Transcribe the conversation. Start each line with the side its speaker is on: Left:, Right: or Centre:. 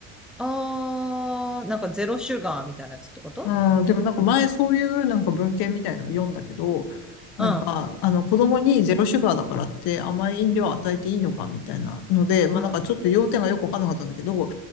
Centre: ああ、なんかゼロシュガーみたいなやつってこと
Left: うん、でもなんか前そういうなんか文献みたいのを読んだけど、なんか、
Centre: うん。
Left: あの子供にゼロシュガーだからって甘い飲料を与えていいのかみたいなので、まあなんかちょっと要点がよくわかんなかったんだけど、
Centre: うん。